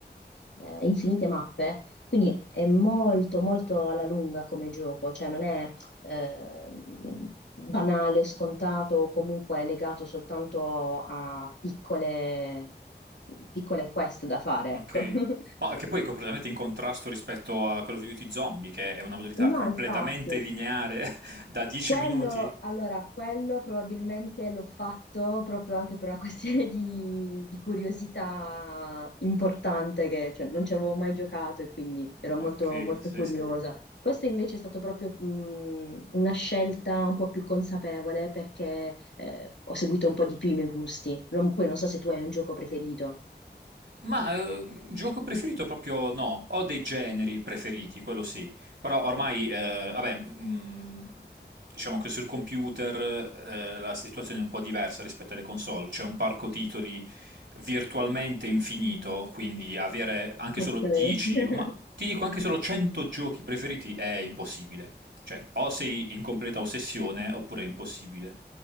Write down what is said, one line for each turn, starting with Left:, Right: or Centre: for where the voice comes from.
Left: eh, infinite mappe, quindi è molto, molto alla lunga come gioco, cioè non è eh, banale, scontato o comunque legato soltanto a piccole, piccole quest da fare,
Right: Ok.
Left: ecco. <laughs>
Right: Ma che poi è completamente in contrasto rispetto a Call of Duty Zombie, che è una modalità
Left: No,
Right: completamente
Left: infatti,
Right: lineare <laughs> da 10
Left: Quello,
Right: minuti.
Left: allora, quello probabilmente l'ho fatto proprio anche per una <laughs> questione di, di curiosità importante, che cioè, non ci avevo mai giocato e quindi ero
Right: Ok,
Left: molto, molto
Right: sì,
Left: curiosa.
Right: sì.
Left: Questo invece è stato proprio mh, una scelta un po' più consapevole perché eh, ho seguito un po' di più i miei gusti. Non- poi non so se tu hai un gioco preferito.
Right: Ma eh, gioco preferito proprio no, ho dei generi preferiti, quello sì, però ormai, eh, vabbè, mm, diciamo che sul computer eh, la situazione è un po' diversa rispetto alle console, c'è un parco titoli virtualmente infinito, quindi avere anche
Left: Ok.
Right: solo 10,
Left: <laughs>
Right: o ma ti dico anche solo 100 giochi preferiti è impossibile, cioè o sei in completa ossessione oppure è impossibile.